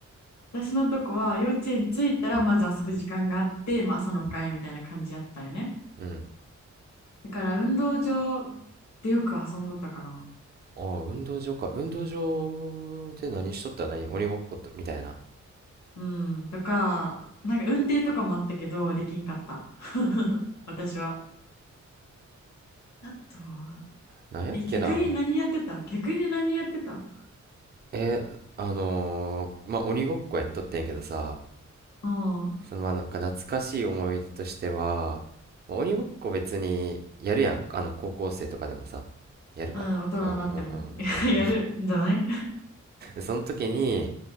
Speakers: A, on the left; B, on the right.
A: 私のとこは幼稚園着いたらまず遊ぶ時間があって、まあ、朝の会みたいな感じやったよね。
B: うん。
A: だから運動場でよく遊んどったかな。
B: ああ、運動場か。運動場で何しとった何鬼ごっこと、みたいな。
A: うん。とか、なんか運転とかもあったけど、できんかった。<laughs> 私は。あとは、
B: なんやっけな。
A: え、逆に何やってた逆に何やってた
B: えー、あのー、まあ鬼ごっこやっとってんやけどさ、
A: うん。う
B: そのまあなんか懐かしい思い出としては、まあ鬼ごっこ別にやるやん。あの、高校生とかでもさ。やるかうんうんうんうん。
A: ん、大人になっても。<laughs> やるんじゃない
B: その時に、